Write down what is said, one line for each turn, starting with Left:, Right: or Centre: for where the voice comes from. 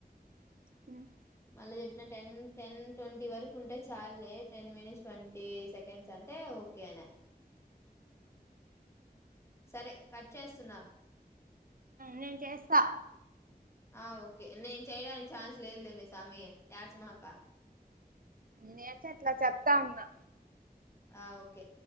Right: <inaudible>
Left: మళ్ళీ చెప్పిన టెన్ టెన్ ట్వంటీ వరకు ఉంటే చాల్లే టెన్ మినిట్స్ ట్వంటీ సెకండ్స్ అంటే ఓకే అనా సరే కట్ చేస్తున్నా
Right: నేను చేస్తా
Left: ఆ ఓకే నేను చేయడానికి ఛాన్స్ లేదులే మే స్వామి యాడ్చమాక
Right: నే ఏడ్ చట్లా చప్ తా ఉన్నా
Left: ఆ ఓకే